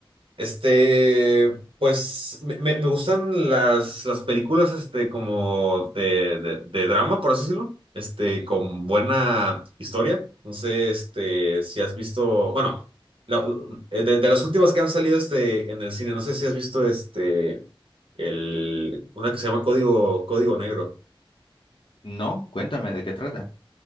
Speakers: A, on the right; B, on the left.
A: Este, pues me, me- me gustan las, las películas, este, como de, de, de drama, por así decirlo, este, con buena historia. No sé, este, si has visto, bueno, la- eh, de, de las últimas que han salido, este, en el cine, no sé si has visto, este, el, una que se llama Código, Código Negro.
B: No, cuéntame de qué trata.